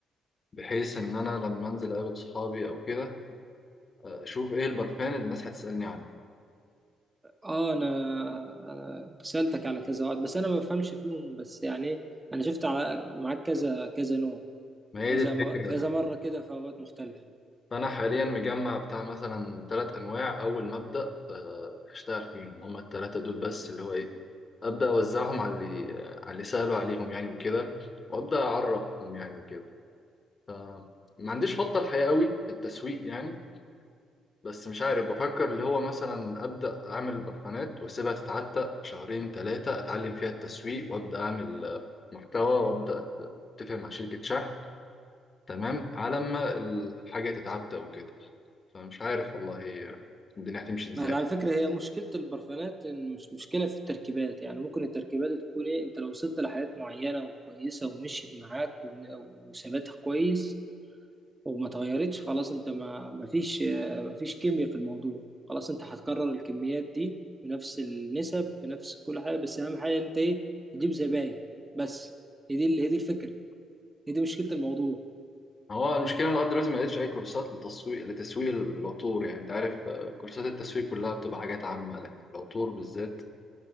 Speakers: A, on the left (about 35°); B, on the right (about 20°).
A: بحيث ان انا لما انزل اقابل صحابي او كده آه، اشوف ايه البرفان اللي الناس هتسألني عنه
B: اه انا انا سألتك على كذا واحد بس انا ما بفهمش فيهم بس يعني إيه، انا شفت على- معاك كذا كذا نوع
A: ما هي
B: كذا
A: دي الفكرة
B: م- كذا مرة كده في اوقات مختلفة
A: فأنا حاليا مجمع بتاع مثلا تلات أنواع أول ما أبدأ آه، أشتغل فيهم هما التلاتة دول بس اللي هو إيه أبدأ أوزعهم على اللي آه، على اللي سألوا عليهم يعني وكده وأبدأ أعرفهم يعني وكده فما عنديش خطة الحقيقة قوي في التسويق يعني بس مش عارف بفكر اللي هو مثلا أبدأ أعمل برفانات وأسيبها تتعتق شهرين تلاتة أتعلم فيها التسويق وأبدأ أعمل آه، محتوى وأبدأ آه، أتفق مع شركة شحن تمام على ما الحاجة تتعتق وكده فمش عارف والله الدنيا هتمشي ازاي
B: ما هي على فكرة هي مشكلة البرفانات إن مش مشكلة في التركيبات يعني ممكن التركيبات تكون إيه أنت لو وصلت لحاجات معينة وكويسة ومشيت معاك وبن- وثباتها كويس وما اتغيرتش خلاص أنت ما ما فيش آه، ما فيش كيمياء في الموضوع خلاص أنت هتكرر الكميات دي بنفس النسب بنفس كل حاجة بس أهم حاجة أنت إيه تجيب زباين بس هي دي اللي هي دي الفكرة هي دي مشكلة الموضوع
A: هو المشكله لغايه دلوقتي ما لقيتش اي كورسات لتسويق لتسويق العطور يعني انت عارف آه، كورسات التسويق كلها بتبقى حاجات عامه لكن العطور بالذات